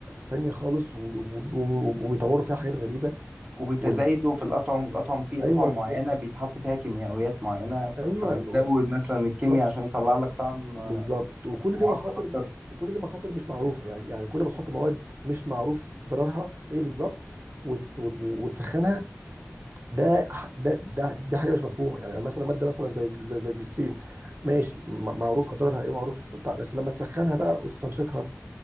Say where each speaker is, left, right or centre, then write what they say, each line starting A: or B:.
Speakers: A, on the right; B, on the right.
A: تانية خالص و- و- و- وبيطوروا فيها حاجات غريبه
B: وبتزايده
A: وال...
B: في الاطعم والاطعم فيه
A: ايوه
B: اطعم معينه
A: والأط...
B: بيتحط فيها كيميائيات معينه ف-
A: ايوه
B: فبيزود
A: و-
B: مثلا الكيمياء
A: بالظبط
B: عشان يطلع لك طعم
A: بالظبط وكل
B: معقد
A: دي مخاطر
B: اكتر
A: وكل دي مخاطر مش معروفه يعني يعني كل ما تحط مواد مش معروف ضررها ايه بالظبط وت... وت... وتسخنها ده ح- ده ده دي حاجه مش مفهومه يعني مثلا ماده مثلا زي جل- زي زي الجليسرين ماشي م- معروف اضرارها ايه معروف بتاع بس لما تسخنها بقى وتستنشقها